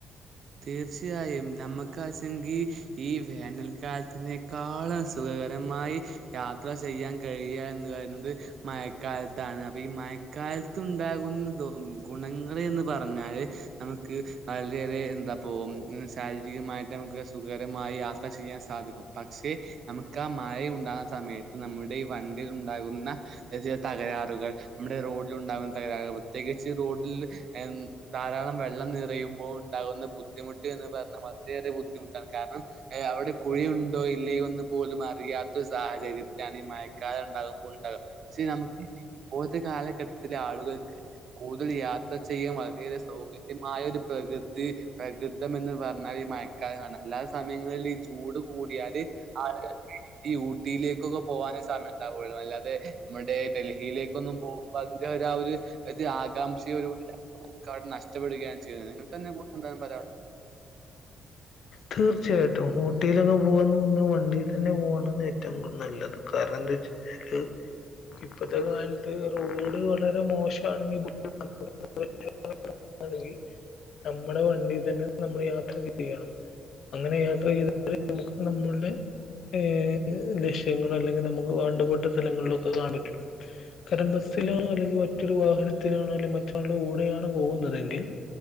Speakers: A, on the right; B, on the left.
A: തീർച്ചയായും നമ്മക്കാച്ചെങ്കിൽ ഈ വേനൽക്കാലത്തിനേക്കാളും സുഖ രമായി യാത്ര ചെയ്യാൻ കഴിയുക എന്ന് പറയുന്നത് മയക്കാലത്താണ്, അപ്പ ഈ മയക് കാലത്ത് ഉണ്ടാകുന്ന ദോ ഗുണങ്ങ എന്ന് പറഞ്ഞാല് നമുക്ക് വളരെയേറെ എന്താ അപ്പോ മ് ശാരീരികമായിട്ട് നമുക്ക് സുഖകരമായി യാത്ര ചെയ്യാൻ സാധിക്കും, പക്ഷേ നമുക്ക് ആ മഴ ഉണ്ടാകുന്ന സമയത്ത് നമ്മുടെ ഈ വണ്ടിൽ ഉണ്ടാകുന്ന ചില തകരാറുകൾ നമ്മുടെ റോഡിലു ഉണ്ടാകുന്ന തകരാറുകൾ പ്രത്യേകിച്ച് റോഡിൽ എം ധാരാളം വെള്ളം നിറയുമ്പോൾ ഉണ്ടാകുന്ന ബുദ് ബുദ്ധിമുട്ട് എന്ന് പറഞ്ഞാൽ വളരെയേറെ ബുദ്ധിമുട്ടാണ്, കാരണം ഏ അവിടെ കുഴിയുണ്ടോ ഇല്ലേ ഒന്ന് പോലും അറിയാ <unintelligible> സാഹചര്യത്തിലാണ് ഈ മഴക്കാലം ഉണ്ടാകുമ്പോൾ ഉണ്ടാക, പക്ഷേ നമുക്ക് ഇപ്പോഴത്തെ കാലഘട്ടത്തില ആളുകൾക്ക് കൂടുതൽ യാത്ര ചെയ്യാൻ വളരെയേറെ സൗകര്യമായ ഒരു പ്രകൃതി പ്രകൃതം എന്ന് പറഞ്ഞാൽ ഈ മയക്കാലമാണ് അല്ലാ സമയങ്ങളിൽ ഈ ചൂട് കൂടിയാല് <unintelligible> ഈ ഊട്ടിയിലേക്കൊക്കെ പോകാനെ സമയം ഉണ്ടാവുള്ളൂ, അല്ലാതെ നമ്മുടെ ഡൽഹിയിലേക്കൊന്നും പോകുമ്പോ അതിന്റെ <unintelligible> ആ ഒരു ഇത് ആകാംക്ഷ <unintelligible> നഷ്ടപ്പെടുകയാണ് ചെയ്യുന്നത് നിങ്ങൾക്ക് <unintelligible> എന്താണ് പറയാനുള്ളത്?
B: തീർച്ചയായിട്ടും ഊട്ടിയിലൊക്കെ പോകന്ന് പറഞ്ഞാൽ വണ്ടിൽ തന്നെ പോകാനാണ് ഏറ്റവും കൂടുതൽ നല്ലത്, കാരണം <unintelligible> ഇപ്പത്തെ കാലത്ത് റോഡ് വളരെ മോശാണെങ്കിൽ <unintelligible>
A: <inaudible>
B: <unintelligible> നമ്മടെ വണ്ടി തന്നെ നമ്മൾ യാത്ര ചെയ്യണം. അങ്ങനെ യാത്ര ചെയ്താല് നമുക്ക് നമ്മൾടെ ഏ ലക്ഷ്യങ്ങളല്ലെങ്കിൽ നമുക്ക് വേണ്ടപ്പെട്ട സ്ഥലങ്ങളിലൊക്കെ കാണ പറ്റുള്ളൂ, <unintelligible> സിലാണോ അല്ലെങ്കിൽ മറ്റൊരു വാഹനത്തിലാണോ അല്ലെ മറ്റൊരാളുടെ കൂടെയാണ് പോകുന്നതെങ്കിൽ